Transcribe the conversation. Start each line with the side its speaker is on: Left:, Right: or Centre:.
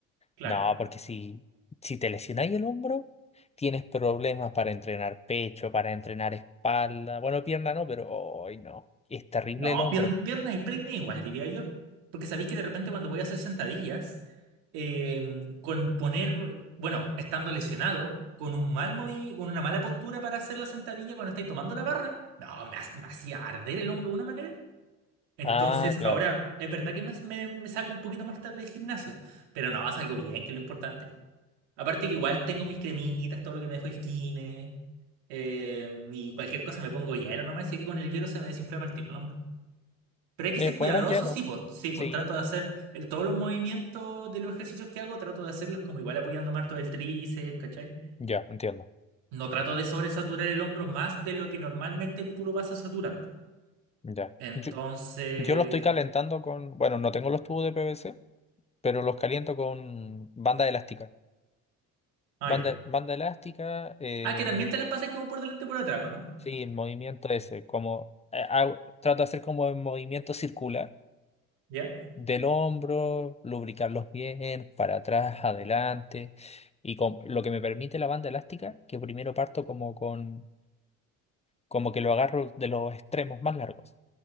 Right: claro.
Left: No, porque si, si te lesionáis el hombro, tienes problemas para entrenar pecho, para entrenar espalda. Bueno, pierna no, pero hoy no. Es terrible
Right: No,
Left: el hombro.
Right: piernas pierna y peine igual, diría yo. Porque sabéis que de repente cuando voy a hacer sentadillas, eh, con poner, bueno, estando lesionado, con un mal movi- con una mala postura para hacer la sentadilla cuando estáis tomando la barra, no, me, ha- me hacía arder el hombro de una manera. Entonces,
Left: Ah, claro.
Right: ahora es verdad que más me, me saco un poquito más tarde del gimnasio, pero no, salgo bien, que es lo importante. Aparte que igual tengo mis cremitas, todo lo que me dejó el kine, eh, y cualquier cosa me pongo hielo nomás, así que con el hielo se me desinflama el tiro, ¿no, hombre? Pero hay que
Left: Eh,
Right: ser
Left: bueno,
Right: cuidadoso,
Left: el hielo.
Right: sí, pues, sí, pues
Left: Sí.
Right: trato de hacer el, todos los movimientos de los ejercicios que hago, trato de hacerlos como igual apoyando más todo el tríceps, ¿cachai?
Left: Ya, entiendo.
Right: No trato de sobresaturar el hombro más de lo que normalmente tú lo vas a saturar.
Left: Ya.
Right: Entonces...
Left: Yo, yo lo estoy calentando con. Bueno, no tengo los tubos de PVC, pero los caliento con banda elástica.
Right: Ah,
Left: Banda,
Right: ya.
Left: banda elástica, eh,
Right: Ah, que también te las pasas como por delante y por atrás, ¿o no?
Left: sí, el movimiento ese. Como, eh, hago- trato de hacer como el movimiento circular
Right: ¿Ya?
Left: del hombro, lubricarlos bien, para atrás, adelante. Y con, lo que me permite la banda elástica, que primero parto como con, como que lo agarro de los extremos más largos.